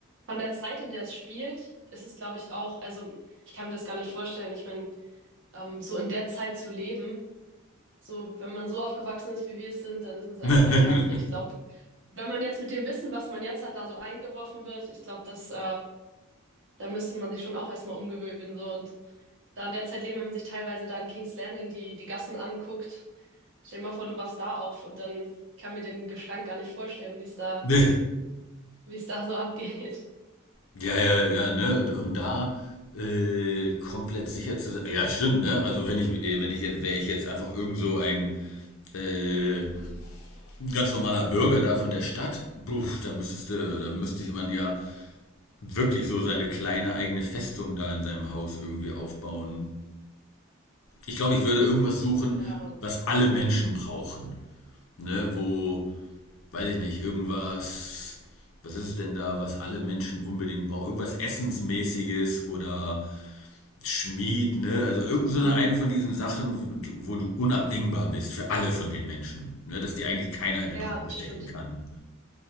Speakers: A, on the right; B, on the left.
A: von der Zeit, in der es spielt, ist es, glaube ich, auch, also ich kann mir das gar nicht vorstellen. Ich meine, ähm, so in der Zeit zu leben, so wenn man so aufgewachsen ist, wie wir es sind, dann ist es
B: <laughs>
A: einfach, ich glaube, wenn man jetzt mit dem Wissen, was man jetzt hat, da so reingeworfen wird, ich glaube, das, äh, da müsste man sich schon auch erstmal umgewöhnen, so und da in der Zeit leben, wenn man sich teilweise da in King's Landing die, die Gassen anguckt Stell dir mal vor, du wachst da auf und dann kann mir den Gestank gar nicht vorstellen, wie es da,
B: Ne?
A: wie es da so <laughs> abgeht.
B: Ja, ja, ja, ne? Um da äh, komplett sicher zu sein. Ja, stimmt, ne? Also wenn ich, äh, wenn ich jetzt, wäre ich jetzt einfach irgend so ein äh, ganz normaler Bürger da von der Stadt, buff,
A: Ja.
B: da müsstest du, da müsste ich man ja wirklich so seine kleine eigene Festung da in seinem Haus irgendwie aufbauen. Ich glaube, ich würde irgendwas suchen,
A: Ja.
B: was alle Menschen brauchen. Ne? Wo, weiß ich nicht, irgendwas, was ist es denn da, was alle Menschen unbedingt brauchen? Irgendwas Essensmäßiges oder Schmied, ne? Also irgend so
A: Mhm.
B: eine- eine von diesen Sachen, wo du- wo du unabdingbar bist für alle von den Menschen. Ne? Dass dir eigentlich keiner in den
A: Ja,
B: Rücken stechen
A: stimmt.
B: kann.